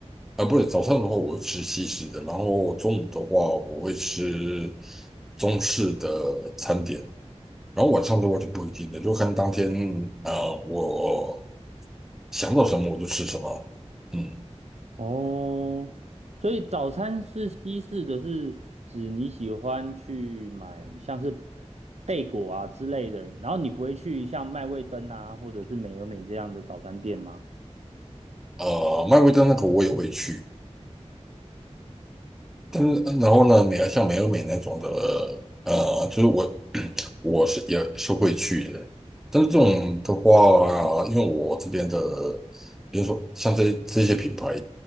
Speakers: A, in the centre; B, on the right (about 70°).
A: 啊、不对，早餐的话我会吃西式的，然后中午的话我会吃中式的餐点，然后晚上的话就不一定了，就看当天呃我想到什么我就吃什么。嗯，
B: 哦，所以早餐是西式的是指你喜欢去买像是贝果啊之类的，然后你不会去像麦味登啊或者是美而美这样的早餐店吗？
A: 呃，麦味登那个我也会去，但是呃然后呢，美而像美而美那种的，呃，就是我。我是也是会去的，但是这种的话啊，因为我这边的，比如说像这这些品牌